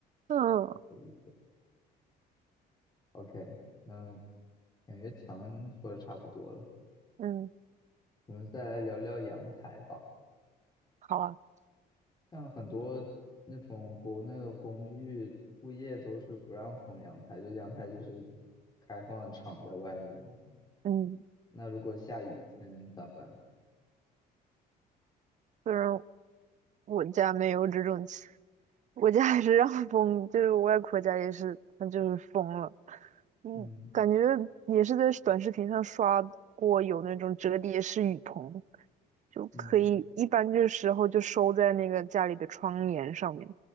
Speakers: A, on the right; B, on the left.
A: 嗯
B: 可以 OK，那感觉墙说的差不多了，
A: 嗯，
B: 我们再来聊聊阳台吧。
A: 好啊，
B: 像很多那种国内的公寓物业都是不让封阳台，就阳台就是开放敞在外面的。
A: 嗯，
B: 那如果下雨天咋办？
A: 虽然我家没有这种情我家还是让封，就是我外婆家也是，那就是封了，嗯，
B: 嗯
A: 感觉也是在短视频上刷过有那种折叠式雨棚，就可以一般这时候就收在那个家里的窗帘上面，
B: 嗯